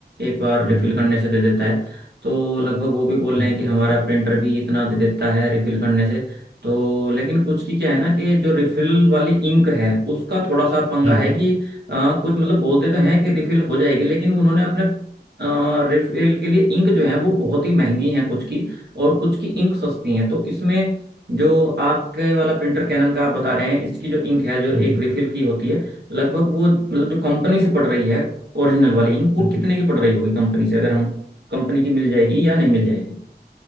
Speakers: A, on the right; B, on the right.
A: एक बार रिफिल
B: हम्म
A: करने से दे देता है तो लगभग वो भी बोल
B: हम्म
A: रहे हैं कि हमारा प्रिंटर भी इतना दे देता है रिफिल करने से तो लेकिन कुछ की क्या है ना कि जो रिफिल वाली इंक है उसका थोड़ा सा पंगा
B: हम्म
A: है कि आ, कुछ मतलब बोलते तो हैं कि रिफिल हो जाएगी लेकिन उन्होंने अपने रिफिल के लिए इंक जो है वो बहुत ही महंगी हैं कुछ की और कुछ की इंक सस्ती हैं तो इसमें जो आपके वाला प्रिंटर कैनन का आप बता रहे हैं इसकी जो इंक है जो
B: हम्म
A: एक रिफिल की होती है लगभग वो मतलब जो कंपनी से पड़ रही है ओरिजिनल वाली इंक वो
B: हम्म
A: कितने की पड़ रही होगी कंपनी से अगर हम कंपनी की मिल जाएगी या नहीं मिल जाएगी